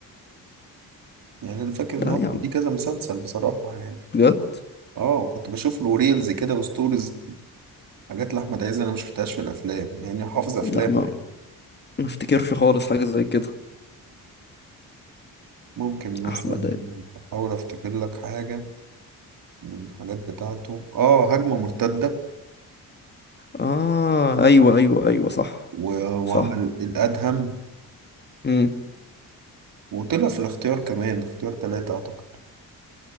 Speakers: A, on the right; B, on the left.
A: يعني أنا فاكر إن
B: لا
A: هو
B: يا عم
A: دي كذا مسلسل بصراحة يعني
B: بجد
A: اه وكنت بشوف له ريلز كده وستوريز حاجات لأحمد عز أنا مشفتهاش في الأفلام يعني حافظ أفلامه
B: لا ما
A: يعني.
B: ما افتكرش خالص حاجه زي كده
A: ممكن مثلا
B: احمد
A: أحاول أفتكر لك حاجة من الحاجات بتاعته اه هجمة مرتدة
B: اه ايوه ايوه ايوه صح
A: و... وعمل
B: صح
A: الأدهم
B: امم
A: وطلع في الاختيار كمان اختيار تلاتة أعتقد